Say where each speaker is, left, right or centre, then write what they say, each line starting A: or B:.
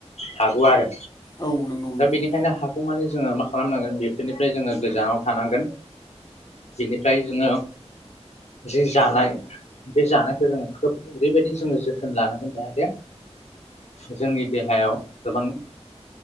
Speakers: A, on the left; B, on the left.
A: हागौ औ आरो
B: औ नंगौ
A: दा
B: नोंथां
A: बेनिखायनो हागौ माने जोंङो मा खालामनांगोन बेफोरनिफ्राय जोंङो गोजानाव थानांगोन। बेनिफ्राय जोङो जि जानाय बे जानायखौ जोंङो खोब ओरैबायदि जोङो जोथोन लानांगोन जाहाथे जोंनि देहायाव गोबां